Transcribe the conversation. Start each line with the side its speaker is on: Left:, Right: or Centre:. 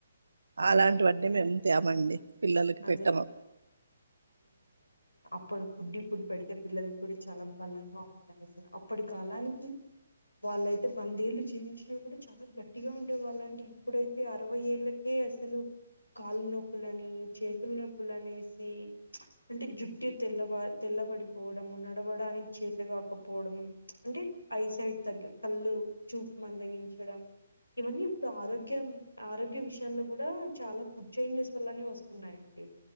Right: అలాంటి వడ్డీ
Left: అవునా
Right: మేం తేమండి పిల్లలకి
Left: అదే
Right: పెట్టము
Left: ఇప్పుడు ఫుడ్డి ఇప్పుడు పెడితే పిల్లలు కూడా చాలా బలంగా ఉంటారు అసలు అప్పటి కాలానికి వాళ్ళయితే వందేళ్ళు జీవించినా కూడా చాలా గట్టిగా ఉండే వాళ్ళండి ఇప్పుడైతే అరవై ఏళ్ళకే అసలు కాళ్లు నొప్పులని చేతుల నొప్పుల అనేసి అంటే జుట్టు తెల్లబ తెల్లబడిపోవడం నడవడానికి చేత కాకపోవడం అంటే ఐ సైడ్ తగ్ కళ్ళు చూపు మందగించడం ఇవన్నీ ఇప్పుడు ఆరోగ్యం ఆరోగ్య విషయాల్లో కూడా చాలా ఫుడ్ చేంజెస్ వల్లనే వస్తున్నాయండి